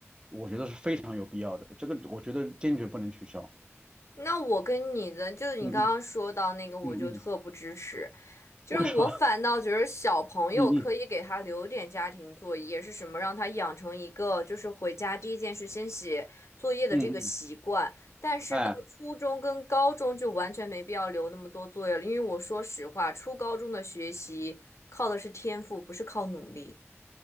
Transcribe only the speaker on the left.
那我跟你的，就是你刚刚说到那个，
我就特不支持，
就是我反倒觉得小朋友可以给他留点家庭作业，
是什么让他养成一个就是回家第一件事先写作业的这个习惯。
但是到初中跟高中就完全没必要留那么多作业了，
因为我说实话，初高中的学习靠的是天赋，不是靠努力。